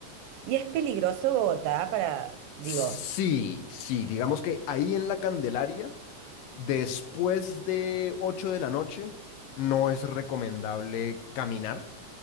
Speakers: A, on the right; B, on the left.
A: y es peligroso Bogotá para, digo,
B: sí, sí, digamos que ahí en la Candelaria, después de 8 de la noche, no es recomendable caminar